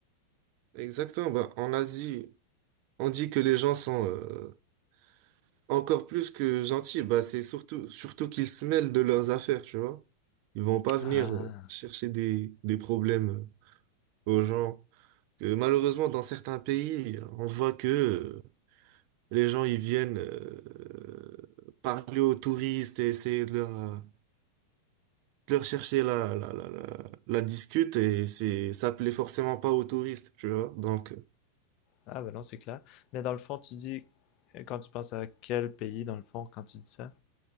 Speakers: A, on the right; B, on the left.
A: Exactement. Bah, en Asie, on dit que les gens sont euh, Encore plus que gentil, bah c'est surtout surtout qu'ils se mêlent de leurs affaires, tu vois. Ils vont pas venir
B: Ah,
A: euh, chercher des, des problèmes euh, aux gens. Euh, malheureusement, dans certains pays, on voit que euh, les gens ils viennent euh, parler aux touristes et essayer de leur, euh, de leur chercher la, la, la, la, la discute et c'est ça plaît forcément pas aux touristes, tu vois. Donc euh,
B: ah ben non, c'est clair. Mais dans le fond, tu dis quand tu penses à quel pays dans le fond quand tu dis ça?